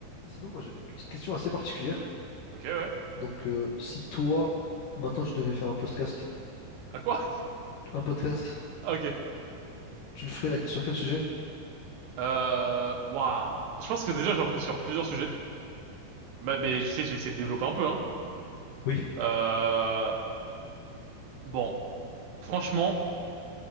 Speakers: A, on the left; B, on the right.
A: Sinon, moi j'avais une petite question assez particulière.
B: Ok, ouais.
A: Donc, euh, si toi, maintenant tu devais faire un podcast,
B: À quoi? <laughs>
A: un podcast,
B: Ah, ok.
A: tu le ferais sur quel sujet?
B: Euh, waouh. Je pense que déjà, j'ai appris sur plusieurs sujets. Mais, mais je sais, je vais essayer de développer un peu, hein.
A: Oui.
B: Euh, bon. Franchement,